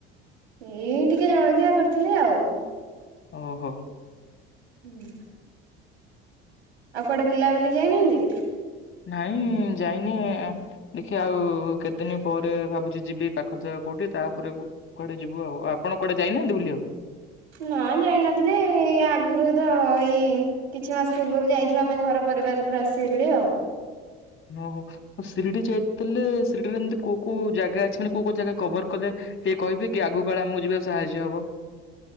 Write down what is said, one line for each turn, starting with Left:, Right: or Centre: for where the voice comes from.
Right: ଏଇ ଟିକେ ଜଳଖିଆ କରିଥିଲି ଆଉ।
Left: ଓହୋ।
Right: ନାଁ ଆଉ କୁଆଡେ ବୁଲା ବୁଲି ଯାଇନାହାନ୍ତି?
Left: ନାଇଁ ଯାଇନି ଦେଖିଆ ଆଉ କେତେଦିନ୍ ପରେ ଭାବୁଛି ଯିବି ପାଖ ଜାଗା କୋଉଠି ତାପରେ କୁଆଡେ ଯିବୁ ଆଉ ଆପଣ କୁଆଡେ ଯାଇନାହାନ୍ତି ବୁଲିବାକୁ?
Right: ନା ଯାଇନଥିଲି ଆଗରୁ ତ ଏଇ କିଛି ମାସ ପୂର୍ବରୁ ଯାଇଥିଲୁ ଆମେ ଘର ପରିବାର ପୁରା ଶିରିଡ଼ି ଆଉ
Left: ଓହୋ ଶିରିଡି ଯାଇଥିଲେ ଶିରିଡିରେ ଏମିତି କୋଉ କୋଉ ଜାଗା ଅଛି ମାନେ କୋଉ କୋଉ ଜାଗା କଭର୍ କଲେ ଟିକିଏ କହିବେ କି ଆଗକୁ କାଳେ ଆମକୁ ଯିବା କୁ ସାହାଯ୍ୟ ହବ?